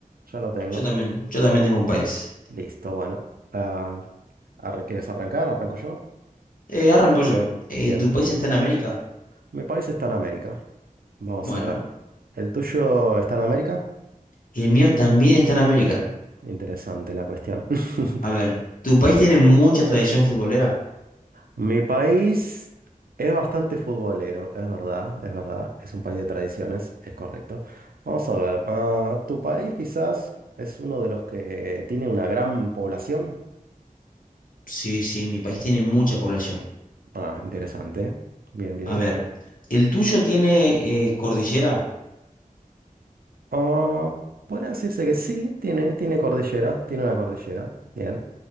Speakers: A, on the right; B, on the left.
A: ya lo tengo,
B: yo también, yo también tengo un país.
A: listo, bueno. Ah, arre- ¿quieres arrancar? Arranco yo.
B: Eh, arranco yo. Eh,
A: Bien,
B: ¿tu país está en América?
A: mi país está en América. Vamos
B: Bueno,
A: a ver. ¿El tuyo está en América?
B: el mío también está en América.
A: Interesante la cuestión. <laughs>
B: A ver, ¿tu país tiene mucha tradición futbolera?
A: Mi país es bastante futbolero, es verdad, es verdad. Es un país de tradiciones, es correcto. Vamos a ver. ah, ¿tu país quizás es uno de los que tiene una gran población?
B: Sí, sí, mi país tiene mucha población.
A: Ah, interesante. Bien, bien.
B: A ver, ¿el tuyo tiene eh, cordillera?
A: Ah, podría decirse que sí, tiene, tiene cordillera, tiene una cordillera. Bien.